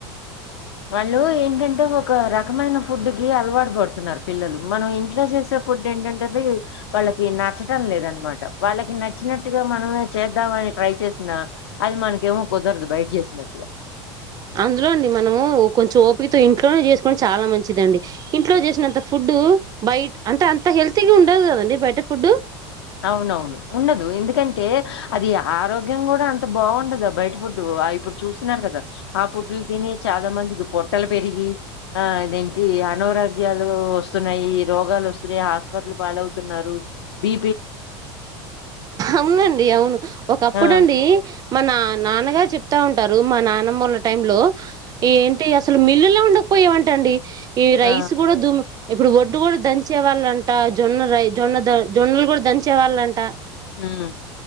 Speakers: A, on the left; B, on the right.
A: వాళ్ళు ఏంటంటే ఒక రకమైన ఫుడ్ కి అలవాటు పడుతున్నారు పిల్లలు మనం ఇంట్లో చేసే ఫుడ్ ఏంటంటే వాళ్ళకి నచ్చడం లేదనమాట వాళ్ళకి నచ్చినట్టుగా మనమే చేద్దామని ట్రై చేసిన అది మనకేమో కుదరదు బయట చేసినట్టుగా
B: అందులో అండి మనము కొంచెం ఓపికతో ఇంట్లోనే చేసుకొని చాలా మంచిదండి ఇంట్లో చేసినంత ఫుడ్ హ్మ్ బయ అంటే అంత హెల్తీగా ఉండదు కదండి బయట ఫుడ్
A: అవునవును ఉండదు ఎందుకంటే అది ఆరోగ్యం కూడా అంత బాగుండదు బయట ఫుడు ఇప్పుడు చూస్తున్నారు కదా ఆ పుడ్లు తిని చాలా మందికి పొట్టలు పెరిగి ఆ ఇదేంటి అనారోగ్యాలు వస్తున్నాయి రోగాలు వస్తున్నాయి హాస్పిటల్ పాలవుతున్నారు బి
B: అవునండి అవును ఒకప్పుడు
A: ఆ!
B: అండి మ నా నాన్నగారు చెప్ ప్తా ఉంటారు మా నాన్నమ్మూళ్ల టై లో ఏంటి అసలు మిల్లులా ఉండకపోయామంట అండి ఈ రైస్
A: ఆ!
B: కూడా దుమ్ ఇప్పుడు ఒడ్డు కూడా దంచే వాళ్ళంట జొన్న రై జొన్న ద జొన్నలు కూడా దంచే వాళ్ళంట
A: హు